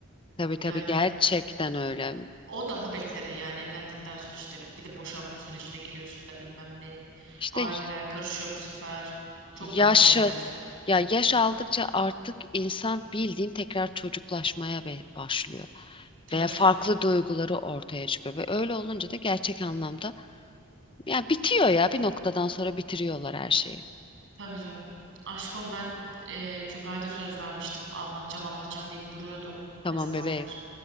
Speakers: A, on the left; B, on the right.
A: tabii
B: Yani
A: tabii gerçekten öyle.
B: o daha beteri yani evlendikten sonra işte bir de boşanma sürecine giriyorsun da bilmem ne.
A: İşte
B: Aileler karışıyor bu sefer. Çok
A: Yaşı
B: daha beter.
A: ya yaş aldıkça artık insan bildiğin tekrar çocuklaşmaya be- başlıyor
B: Tabii
A: veya
B: canım.
A: farklı duyguları ortaya çıkıyor ve öyle olunca da gerçek anlamda ya bitiyor ya bir noktadan sonra bitiriyorlar her şeyi.
B: Tabii canım. Aşkım ben e, Kübra'ya da söz vermiştim. Anlatacağım anlatacağım deyip duruyordum
A: Tamam
B: ne zamandır.
A: bebeğim.